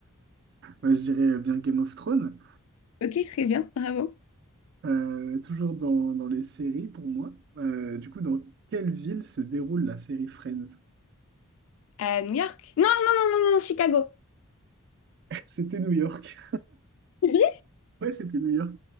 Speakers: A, on the right (about 50°); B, on the left (about 70°).
A: Moi, je dirais euh, bien Game of Thrones.
B: Ok, très bien, bravo.
A: Euh, toujours dans, dans les séries pour moi. Euh, du coup, dans quelle ville se déroule la série Friends?
B: Euh, New York? Non, non, non, non, non, Chicago.
A: <laughs> C'était New York.
B: C'est vrai
A: Ouais, c'était New York.